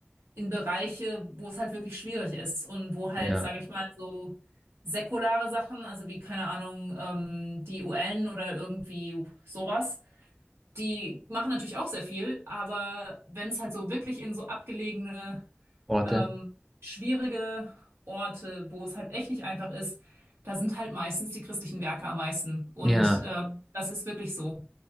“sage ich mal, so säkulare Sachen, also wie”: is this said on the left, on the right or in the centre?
Right